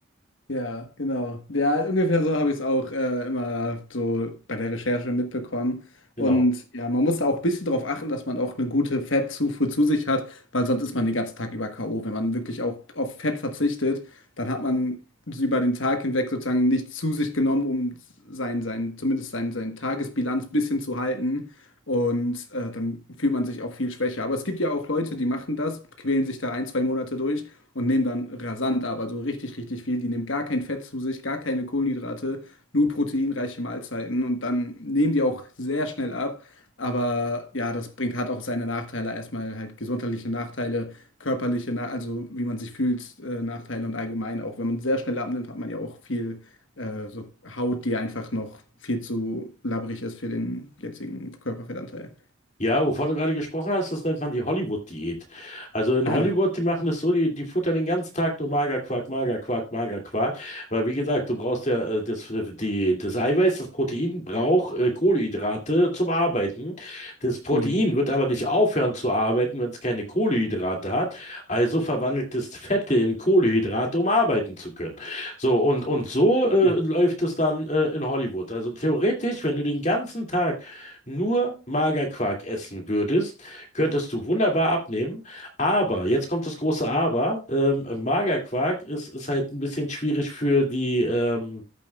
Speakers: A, on the left (about 75°); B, on the left (about 35°).
A: ja, genau. Ja, ungefähr so habe ich es auch äh, immer so bei der Recherche mitbekommen.
B: Genau.
A: Und ja, man muss da auch ein bisschen drauf achten, dass man auch eine gute Fettzufuhr zu sich hat, weil sonst ist man den ganzen Tag über K.O. Wenn man wirklich auch auf Fett verzichtet, dann hat man über den Tag hinweg sozusagen nichts zu sich genommen, um sein, sein, zumindest sein, sein Tagesbilanz ein bisschen zu halten. Und äh, dann fühlt man sich auch viel schwächer. Aber es gibt ja auch Leute, die machen das, quälen sich da ein, zwei Monate durch und nehmen dann rasant aber so richtig, richtig viel. Die nehmen gar kein Fett zu sich, gar keine Kohlenhydrate, nur proteinreiche Mahlzeiten und dann nehmen die auch sehr schnell ab. Aber ja, das bringt, hat auch seine Nachteile. Erstmal halt gesundheitliche Nachteile, körperliche, Na also wie man sich fühlt, äh, Nachteile und allgemein auch, wenn man sehr schnell abnimmt, hat man ja auch viel äh, so Haut, die einfach noch viel zu labbrig ist für den jetzigen Körperfettanteil.
B: Ja, wovon du gerade gesprochen hast, das nennt man die Hollywood-Diät. Also in
A: Ah,
B: Hollywood, die machen das so, die, die futtern den ganzen Tag nur Magerquark, Magerquark, Magerquark. Weil wie gesagt, du brauchst ja äh, das, die, das Eiweiß, das Protein braucht äh, Kohlenhydrate zum Arbeiten. Das Protein
A: hm,
B: wird aber nicht aufhören zu arbeiten, wenn es keine Kohlenhydrate hat. Also verwandelt es Fette in Kohlenhydrate, um arbeiten zu können. So, und, und so äh,
A: ja.
B: läuft es dann äh, in Hollywood. Also theoretisch, wenn du den ganzen Tag nur Magerquark essen würdest, könntest du wunderbar abnehmen. Aber, jetzt kommt das große Aber, ähm, Magerquark ist, ist halt ein bisschen schwierig für die ähm,